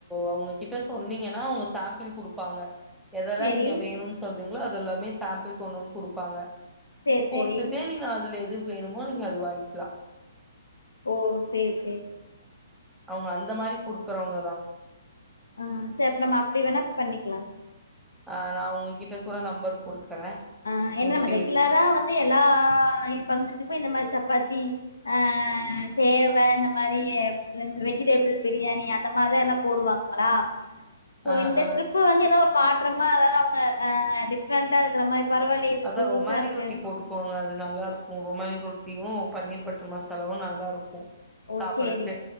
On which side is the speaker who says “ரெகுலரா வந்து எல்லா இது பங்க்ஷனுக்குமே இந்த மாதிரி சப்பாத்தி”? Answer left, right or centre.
Left